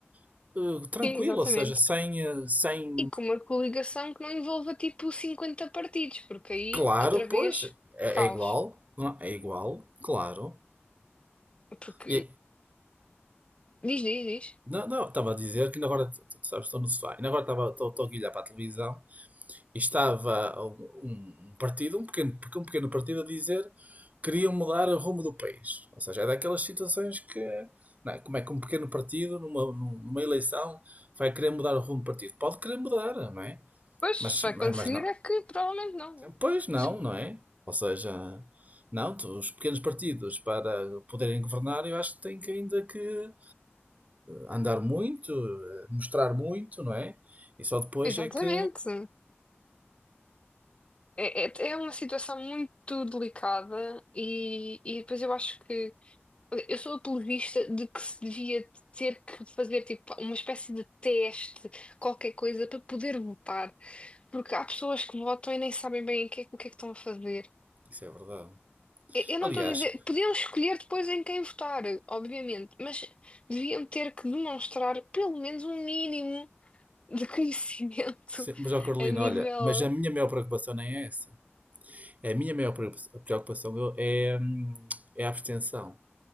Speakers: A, on the right (about 35°); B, on the left (about 25°).
A: eh, tranquilo,
B: sim, exatamente.
A: ou seja, sem, eh, sem,
B: E com uma coligação que não envolva tipo 50 partidos, porque aí,
A: claro,
B: outra
A: pois,
B: vez,
A: é,
B: caos.
A: é igual, não, é É igual, claro.
B: Porque
A: E,
B: diz, diz, diz.
A: não, não, estava a dizer que ainda agora, t- t- sabes, estou no sofá, ainda agora estava, estou, estou aqui a olhar para a televisão E estava um, um partido, um pequeno, um pequeno partido, a dizer que queriam mudar o rumo do país. Ou seja, é daquelas situações que. não é? como é que um pequeno partido, numa, numa eleição, vai querer mudar o rumo do partido? Pode querer mudar, não é?
B: Pois,
A: Mas,
B: se vai
A: mas,
B: conseguir
A: mas não.
B: é que provavelmente não. não é?
A: Pois não,
B: Sim.
A: não é? Ou seja, não, os pequenos partidos para poderem governar, eu acho que têm que ainda que andar muito, eh, mostrar muito, não é? E só depois
B: Exatamente.
A: é que.
B: É, é, é uma situação muito delicada e, e depois eu acho que eu sou apologista de que se devia ter que fazer tipo uma espécie de teste, qualquer coisa, para poder votar. Porque há pessoas que votam e nem sabem bem o que, é- o que é que estão a fazer.
A: Isso é verdade.
B: Eu eu não
A: Aliás,
B: estou a dizer. Podiam escolher depois em quem votar, obviamente, mas deviam ter que demonstrar pelo menos um mínimo de conhecimento
A: Sim,
B: <laughs>
A: mas, ó Carolina,
B: a nível.
A: olha, mas a minha maior preocupação nem é essa. A minha maior preocupa- preocupação eu- é, hum, é a abstenção.